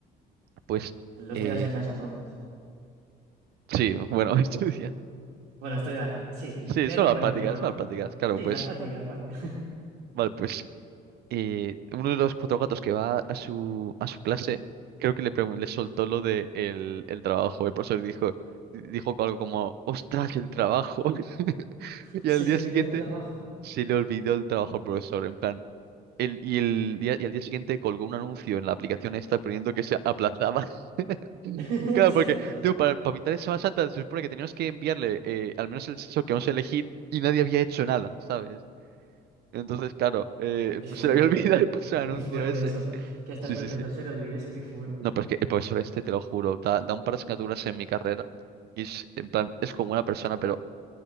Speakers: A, on the right; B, on the right.
A: Pues...
B: Lo
A: Eh,
B: estudias en casa entonces.
A: sí, bueno, <laughs> estudiar.
B: Bueno, estudiar. Sí,
A: Sí,
B: leerlo
A: son las
B: por
A: prácticas,
B: encima, ¿no?
A: son las prácticas. Claro,
B: Sí,
A: pues...
B: las prácticas, vale.
A: Vale, pues... Y uno de los cuatro gatos que va a su, a su clase, creo que le, pregun- le soltó lo de el, el trabajo. El profesor dijo, dijo algo como, ostras, el trabajo. <laughs>
B: <laughs>
A: Y
B: Se
A: al día
B: le olvidó
A: siguiente
B: el trabajo.
A: se le olvidó el trabajo al profesor. En plan, el, y, el día, y al día siguiente colgó un anuncio en la aplicación esta poniendo que se aplazaba. <laughs>
B: <laughs>
A: Claro,
B: Se
A: porque
B: aplazó.
A: tú, para, para mitad de Semana Santa se supone que teníamos que enviarle eh, al menos el sexo que vamos a elegir y nadie había hecho nada, ¿sabes? Entonces, claro, eh,
B: Es
A: pues
B: fuerte,
A: se le había <laughs> olvidado
B: ¿eh?
A: y puso
B: Es
A: el anuncio
B: muy fuerte eso. Que hasta
A: Sí,
B: el profesor
A: sí, sí.
B: se lo olvide es muy fuerte.
A: No, pero es que el profesor este, te lo juro, da, da un par de asignaturas en mi carrera y es, en plan, es como una persona, pero